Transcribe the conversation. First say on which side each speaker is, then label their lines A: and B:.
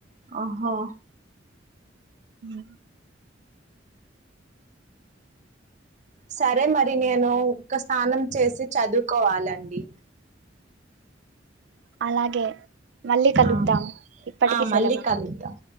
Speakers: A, on the right; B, on the right.
A: ఓహో
B: ఉమ్
A: సరే మరి నేను ఇక స్నానం చేసి చదువుకోవాలండి
B: అలాగే మళ్ళీ కలుద్దాం
A: ఆ!
B: ఇప్పటికి
A: ఆ!
B: సెలవు
A: మళ్ళీ కలుద్దాం.